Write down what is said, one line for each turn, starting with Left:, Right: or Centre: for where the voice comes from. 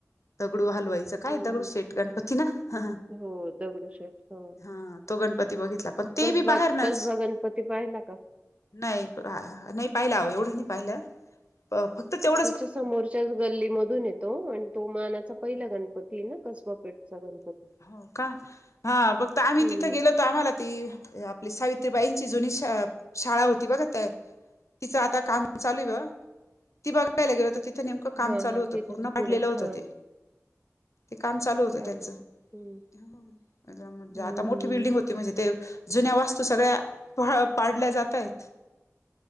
Left: दगडू हालवायी काय
Right: हं,
Left: दगडूशेठ
Right: हं.
Left: गणपती ना, ह
Right: हो दगडूशेठ. हो.
Left: हा तो गणपती बघितला पण ते
Right: कसबा
Left: बी बाहेरनच
Right: कसबा पाहिला का?
Left: नाही पाहिला एवढं नाही पाहिलं अ फक्त तेवढं
Right: त्यांच्या समोरच्या गल्ली गल्ली मधून येतो आणि तो मानाचा पहिला गणपतीय ना कसबापेठचा गणपती.
Left: हो का हा फक्त आम्ही
Right: हं.
Left: तिथं गेलो आम्हाला ती आपली सावित्रीबाईंची जुनी शा शाळा होती बघा तिचं आता काम चालेल, ती बघायला गेलो तिथं नेमक काम
Right: हां,
Left: चालू
Right: हां.
Left: होतं
Right: तिथेच
Left: पूर्ण पाडलेलं
Right: पुढे.
Left: होतं
Right: हां.
Left: ते ते काम चालू होतं
Right: अरे
Left: त्याचं
Right: बापरे. हम्म.
Left: खरं म्हणजे
Right: हम्म,
Left: आता मोठी
Right: हम्म.
Left: बिल्डिंग होती. ते म्हणजे ते जुन्या वास्तू सगळ्यां पाडल्या जाता आहेत.